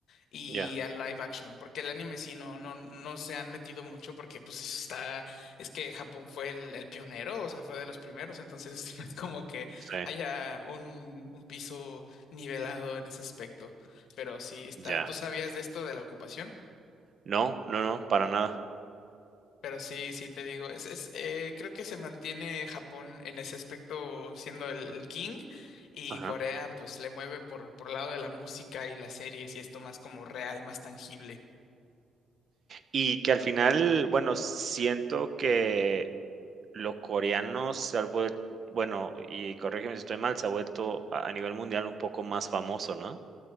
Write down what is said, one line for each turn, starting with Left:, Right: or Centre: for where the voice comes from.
Left: y
Right: Ya,
Left: al live action, porque el anime sí no, no, no se han metido mucho porque pues está, es que Japón fue el, el pionero, o sea, fue de los primeros, entonces <laughs> no es como que
Right: sí,
Left: haya un, un piso nivelado en ese aspecto. Pero sí está,
Right: ya.
Left: ¿tú sabías de esto de la ocupación?
Right: No, no, no, para nada.
Left: Pero sí, sí te digo, es, es, eh, creo que se mantiene Japón en ese aspecto siendo el, el king y
Right: Ajá.
Left: Corea pues le mueve por, por lado de la música y las series y esto más como real, más tangible.
Right: Y que al final, bueno, siento que los coreanos se ha vuelto, bueno, y corrígeme si estoy mal, se ha vuelto a a nivel mundial un poco más famoso, ¿no?